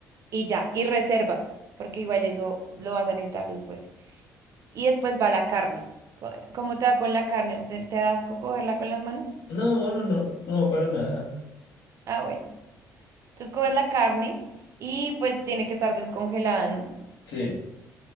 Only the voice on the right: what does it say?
Y ya, y reservas, porque igual eso lo vas a necesitar después. Y después va la carne. Co- ¿Cómo te va con la carne? ¿Te, te da asco cogerla con las manos?
Ah, bueno. Entonces coges la carne y pues tiene que estar descongelada, ¿no?